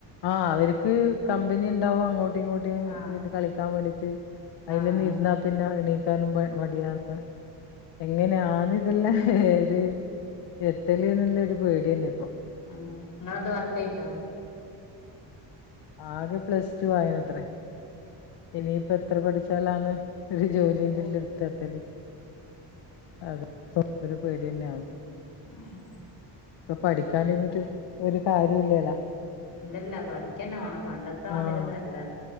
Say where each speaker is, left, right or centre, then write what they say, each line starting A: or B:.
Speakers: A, on the left (about 65°); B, on the left (about 45°).
A: ആഹ് അവർക്ക് കമ്പനി ഉണ്ടാവും അങ്ങോട്ടും ഇങ്ങോട്ടും
B: ആഹ്
A: ഇത് കളിക്കാൻ വേണ്ടിട്ട് അയില
B: ആഹ്
A: തന്നെ ഇരുന്ന പിന്നെ എണീക്കാനും മടിയന്ന് എങ്ങനെയാന്ന് ഇതെല്ല ഇത് എത്തല് എന്നുള്ളരു പേടി തന്നെ ഇപ്പൊ
B: മം നിങ്ങളെന്താ വർക്കയിണ്ടോ?
A: ആകെ പ്ലസ് ടു ആയിന്നത്രെ ഇനിയിപ്പ എത്ര പഠിച്ചാലാണ് ഒരു ജോലിന്റെ ഉള്ള എടുത്ത് ത്തില് അത് ഒരു പേടി തന്നെയ ആണ്
B: ഉംഹ്
A: ഇപ്പൊ പഠിക്കാണ്ടിന്നിട്ട് ഒരു കാര്യംല്ലല്ലോ
B: ഇല്ലല്ല പഠിക്കന്നെ വേണം പണ്ടത്തെ മാതിരിഒന്നല്ല
A: ആഹ്